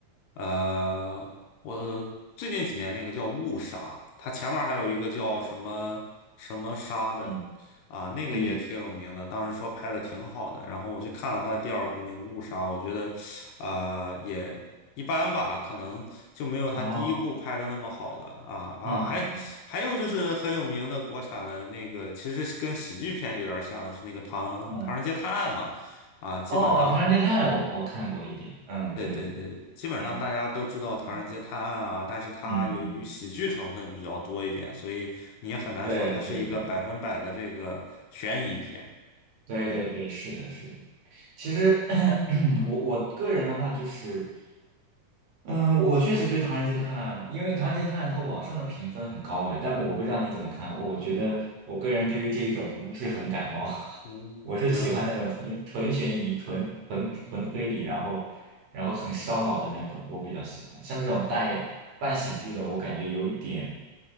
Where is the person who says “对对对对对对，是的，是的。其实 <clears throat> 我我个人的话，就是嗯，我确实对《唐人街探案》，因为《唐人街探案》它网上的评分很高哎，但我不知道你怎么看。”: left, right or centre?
Right